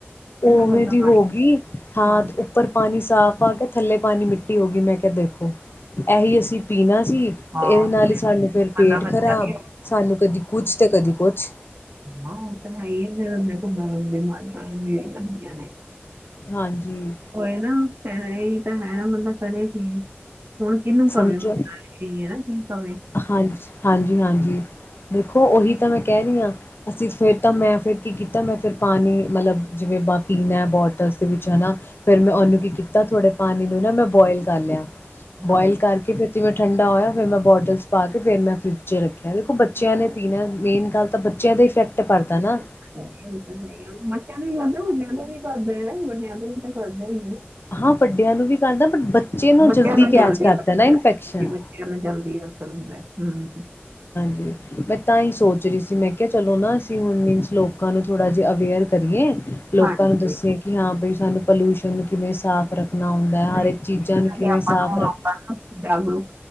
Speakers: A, on the left; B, on the right.
A: ਉਵੇਂ
B: ਇੰਨਾ ਗੰਦਾ
A: ਦੀ
B: ਪਾਣੀ
A: ਹੋ ਗਈ ਹਾਂਥ
B: ਹਾਂਜੀ
A: ਉੱਪਰ ਪਾਣੀ ਪਾਣੀ ਸਾਫ਼ ਆ ਕੇ ਥੱਲੇ ਪਾਣੀ ਮਿੱਟੀ ਹੋ ਗਈ ਮੈਂ ਕਿਹਾ ਦੇਖੋ ਇਹੀ ਅਸੀਂ ਪੀਣਾ ਤੇ
B: ਹਾਂ
A: ਇਹਦੇ ਨਾਲ
B: ਤੇ ਫਿਰ
A: ਹੀ ਸਾਨੂੰ
B: ਉਹ
A: ਫਰ
B: ਬੰਦਾ
A: ਪੇਟ
B: ਬੱਚਾ
A: ਖ਼ਰਾਬ
B: ਕੀ
A: ਸਾਨੂੰ ਕਦੀ ਕੁਛ ਤੇ ਕਦੀ ਕੁਛ
B: ਹ ਉਹ ਤਾਂ ਹੈ ਹੀ ਆ ਫ ਬਿਮਾਰੀਆਂ ਲਗਦੀਆਂ ਨੇ
A: ਹਾਂਜੀ
B: ਹੋਏ ਨਾ ਫੈ ਹੈ ਨਾ ਮਤਲਬ ਕਰੇਗੀ ਹੁਣ ਕਿਹਨੂੰ
A: ਸਮਝੋ
B: ਭਾਵੇ ਮ ਹੈਾ ਕੀ ਕਵੇ
A: ਹਾਂਜੀ ਹਾਂਜੀ ਹਾਂਜੀ ਦੇਖੋ ਉਹੀ ਤਾਂ ਮੈਂ ਕਹਿ ਰਹੀ ਹਾਂ ਅਸੀਂ ਫਿਰ ਤਾਂ ਮੈਂ ਫਿਰ ਕੀ ਕੀਤਾ ਮੈਂ ਫਿਰ ਪਾਣੀ ਮਤਲਬ ਜਿਵੇਂ ਪੀਣਾ ਬੋਟਲਸ ਵਿੱਚ ਹਨਾ ਫ਼ਿਰ ਮੈਂ ਉਹਨੂੰ ਕੀ ਕੀਤਾ ਥੋੜੇ ਪਾਣੀ ਨੂੰ ਨਾ ਮੈਂ ਬੋਆਇਲ ਕਰ ਲਿਆ ਬੋਇਲ
B: ਹਾਂ।
A: ਕਰਕੇ ਫਿਰਤੀ ਮੈਂ ਠੰਡਾ ਹੋਇਆ ਫਿਰ ਮੈਂ ਬੋਡੀ ਪਾ ਕੇ ਫੇਿਰ ਮੈਂ ਫਰਿੱਜ ਚ ਰੱਖੀ ਦੇਖੋ ਬੱਚਿਆਂ
B: ਉਹ
A: ਨੇ ਪੀਣਾ ਮੇਨ ਗੱਲ ਤਾਂ ਬੱਚਿਆਂ ਦਾ ਹੀ ਇਫੈਕਟ ਪਦਾ ਨਾ
B: <inaudible> <unintelligible> ਕਰਦੇ ਵਡਿਆਂ ਦੇ ਵੀ ਤਾਂ ਕਰਦਾ ਹੀ ਏ।
A: ਹਾਂ ਵੱਡਿਆਂ ਨੂੰ ਵੀ ਕਰਦਾ ਬਟ ਬੱਚੇ ਨੂੰ
B: ਬੱਚਿਆਂ
A: ਜਲਦੀ ਕੈਚ ਕਰਦਾ
B: ਹੋ ਜਾਂਦਾ
A: ਨਾ
B: ਹੈ।
A: ਇਨਫੈਕਸ਼ਨ।
B: ਹਾਂਜੀ, ਬੱਚਿਆਂ ਨੂੰ <unintelligible>
A: ਜੀ ਮੈਂ ਤਾਂ ਹੀ ਸੋਚ ਰਹੀ ਸੀ ਮੈਂ ਕਿਹਾ ਚਲੋ ਨਾ ਅਸੀਂ ਹੁਣ ਮੀਨਸ ਲੋਕਾਂ ਨੂੰ ਥੋੜ੍ਹਾ ਜਿਹਾ ਅਵੇਅਰ ਕਰੀਏ। ਲੋਕਾਂ
B: ਹਾਂਜੀ,
A: ਨੂੰ ਦੱਸਿਏ ਕਿ ਹਾਂ ਬਈ ਸਾਨੂੰ ਪੋਲਿਊਸ਼ਨ ਨੂੰ ਕਿਵੇਂ ਸਾਫ਼ ਰੱਖਣਾ ਹੁੰਦਾ ਹੈ
B: ਨਹੀਂ
A: ਹਰ ਇੱਕ ਚੀਜ਼ਾਂ ਨੂੰ
B: ਨਹੀਂ
A: ਕਿਵੇਂ
B: ਆਪਾਂ
A: ਸਾਫ਼
B: ਨੂੰ
A: ਰੱਖ
B: ਹੁਣ ਜਾਗਰੂਕ